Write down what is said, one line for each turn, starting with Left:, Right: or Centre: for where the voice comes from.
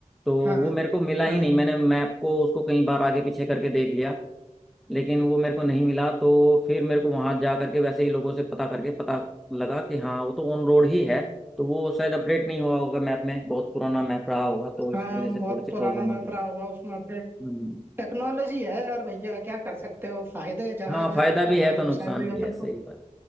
Centre: तो
Right: हाँ
Centre: वो
Right: हाँ
Centre: मेरे को मिला ही
Right: हाँ
Centre: नहीं मैंने मैप को उसको कई बार आगे पीछे करके देख लिया लेकिन वो मेरे को नहीं मिला तो फिर मेरे को वहां जा करके वैसे ही लोगों से पता करके पता लगा कि हाँ वो तो ऑन रोड ही है तो वो शायद अपडेट नहीं हुआ होगा मैप में बहुत पुराना मैप रहा होगा तो इस
Right: हाँ,
Centre: वजह से
Right: बहुत
Centre: थोड़ी सी
Right: पुराना
Centre: प्रॉब्लम
Right: मैप
Centre: आ गई
Right: रहा
Centre: है।
Right: होगा उसमें अपडेट
Centre: हम्म
Right: टेक्नोलॉजी है यार भैया क्या कर सकते हो फायदे हैं जहाँ
Centre: हाँ
Right: है
Centre: फायदा भी
Right: वहाँ
Centre: है
Right: नुकसान
Centre: तो नुकसान
Right: भी है
Centre: भी
Right: अपन
Centre: है सही
Right: को
Centre: बात